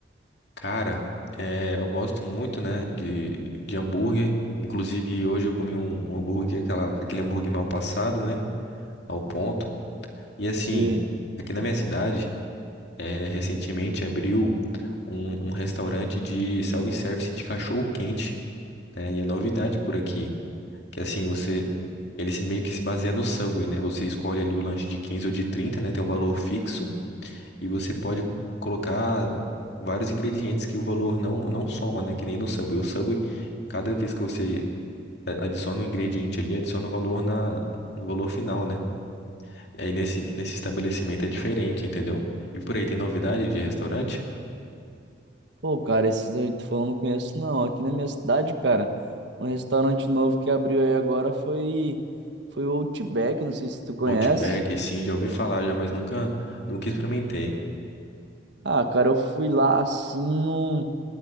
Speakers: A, on the left; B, on the right.
A: Cara, eh, eu gosto muito, né, de, de hambúrguer. Inclusive, hoje eu comi um, um hambúrguer, aquela, aquele hambúrguer mal passado, né, ao ponto. E assim,
B: Se...
A: aqui na minha cidade, eh, recentemente abriu um, um restaurante de self-service de cachorro-quente, né, e é novidade por aqui. Que assim, você, ele se- meio que se baseia no Subway, né, você escolhe ali o lanche de 15 ou de trinta né, tem um valor fixo. E você pode colocar vários ingredientes que o valor não, não soma, né? Que nem no Subway. O Subway, cada vez que você a- adiciona um ingrediente ali, adiciona um valor na, no valor final, né? E aí nesse, nesse estabelecimento é diferente, entendeu? E por aí, tem novidade de restaurante?
B: Pô, cara, esses aí que tu falou eu não conheço, não. Aqui na minha cidade, cara, um restaurante novo que abriu aí agora foi, foi o Outback, não sei se tu conhece.
A: Outback, sim, já ouvi falar já, mas nunca, nunca experimentei.
B: Ah, cara, eu fui lá assim num.